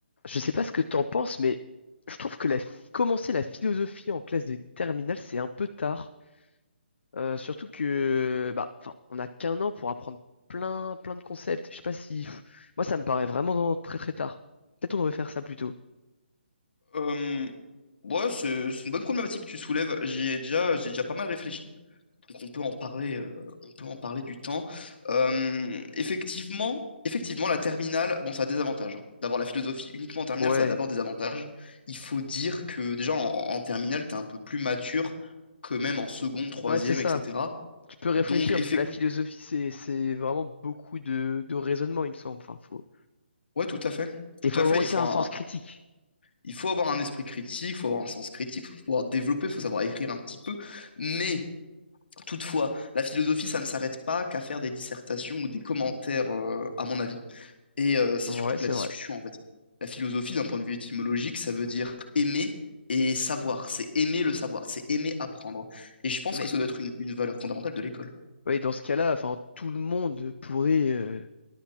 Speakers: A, on the left (about 75°); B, on the left (about 60°).
A: Je sais pas ce que t'en penses, mais je trouve que la, commencer la philosophie en classe de terminale, c'est un peu tard. Euh, surtout que, bah, enfin, on n'a qu'un an pour apprendre plein, plein de concepts. Je sais pas si, pff, moi, ça me paraît vraiment dans- très, très tard. Peut-être on devrait faire ça plus tôt.
B: Euh, ouais, c'est c'est une bonne problématique que tu soulèves. J'y ai déjà, j'ai déjà pas mal réfléchi. Donc on peut en parler, euh, on peut en parler du temps. Euh, effectivement, effectivement, la terminale, bon, ça a des avantages. hein. D'avoir la philosophie uniquement en terminale,
A: Ouais,
B: ça a d'abord des avantages. Il faut dire que déjà en, en terminale, t'es un peu plus mature que même en seconde, troisième,
A: ouais, c'est ça.
B: etc.
A: Tu peux réfléchir
B: Donc effectivement,
A: parce que la philosophie, c'est, c'est vraiment beaucoup de, de raisonnement, il me semble. Enfin, faut,
B: ouais, tout à fait, tout
A: il faut
B: à
A: avoir
B: fait.
A: aussi
B: Il faut
A: un
B: un,
A: sens critique.
B: il faut avoir un esprit critique, il faut avoir un sens critique, il faut pouvoir développer, il faut savoir écrire un petit peu, mais Toutefois, la philosophie, ça ne s'arrête pas qu'à faire des dissertations ou des commentaires, euh, à mon avis. Et euh, c'est
A: Ouais,
B: surtout de
A: c'est
B: la discussion,
A: vrai.
B: en fait. La philosophie, d'un point de vue étymologique, ça veut dire aimer et savoir. C'est aimer le savoir, c'est aimer apprendre. Et je pense
A: Mais,
B: que ça doit être une, une valeur fondamentale de l'école.
A: ouais, dans ce cas-là, enfin, tout le monde pourrait euh,